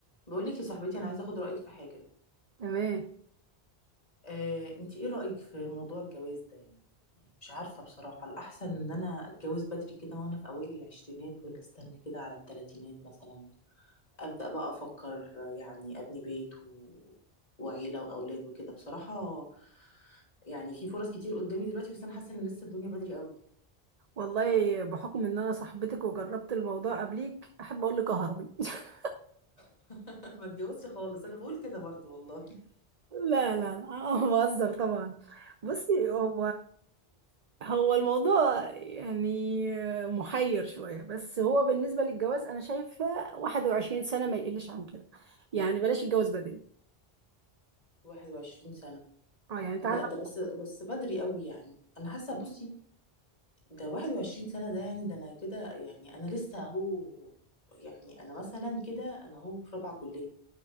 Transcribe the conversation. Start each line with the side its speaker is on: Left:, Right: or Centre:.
Left: بقول لك يا صاحبتي انا عايزه اخد رايك في حاجه
Right: تمام
Left: آه، انت ايه رايك في موضوع الجواز ده يعني مش عارفه بصراحه الاحسن ان انا اتجوز بدري كده وانا في اوائل العشرينات ولا استنى كده على التلاتينات مثلا ابدا بقى افكر يعني ابني بيت و... وعيله واولاد وكده بصراحه يعني في فرص كتير قدامي دلوقتي بس انا حاسه ان لسه الدنيا بدري قوي
Right: والله بحكم ان انا صاحبتك وجربت الموضوع قبليك احب اقول لك هربي <laughs>
Left: <laughs> ما اتجوزش خالص انا بقول كده برضو والله
Right: لا لا لا أنا بهزر طبعا بصي هو هو الموضوع يعني محير شوية بس هو بالنسبة للجواز أنا شايفة 21 سنة ما يقلش عن كده يعني بلاش الجواز بدري
Left: <laughs> 21 سنة
Right: اه يعني أنت
Left: لا
Right: عارفة
Left: ده بس بس بدري قوي يعني انا حاسه بصي ده 21 سنة ده يعني ده أنا كده يعني أنا لسه هو يعني أنا مثلا كده أنا هو في رابعة كلية